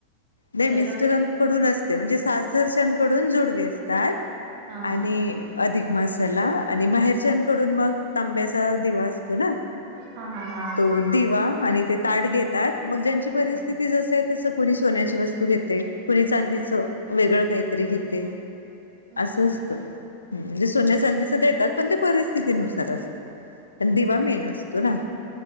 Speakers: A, on the left; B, on the right.
A: नाही
B: घ्यायचं
A: मिस्टरांकडून
B: असतंय
A: असते म्हणजे सासरच्याकडून जोडवी असते. काय?
B: हा हा
A: आणि अधिक मासाला आणि बाहेरच्याकडून मग तांब्याच दिवा असतो ना
B: हा हा हा.
A: तो दिवा आणि ते ताट घेत त्यात मग ज्यांची परिस्थिती
B: हम्म हम्म
A: जसं आहे तसं कोणी खाण्याची अशी वस्तू घेते. चांदीच वेगळं काहीतरी घेते.
B: हम्म
A: असं
B: हम्म
A: असतं. म्हणजे सोन्या चादीच देतात पण ते परिस्थितीनुसार असतं. पण
B: हम्म
A: दिवा
B: हम्म.
A: मेन असतो ना.